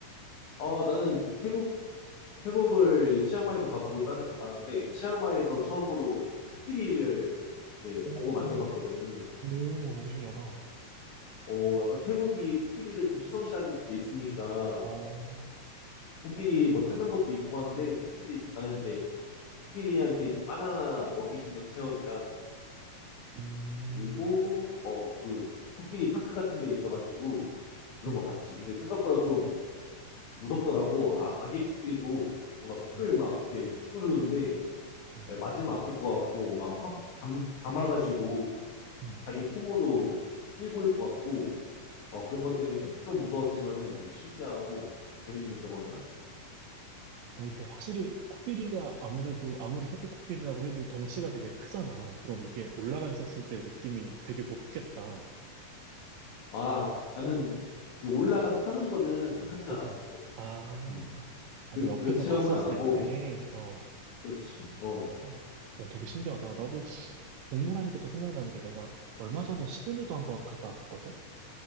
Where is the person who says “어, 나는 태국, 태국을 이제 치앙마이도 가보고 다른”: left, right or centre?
Left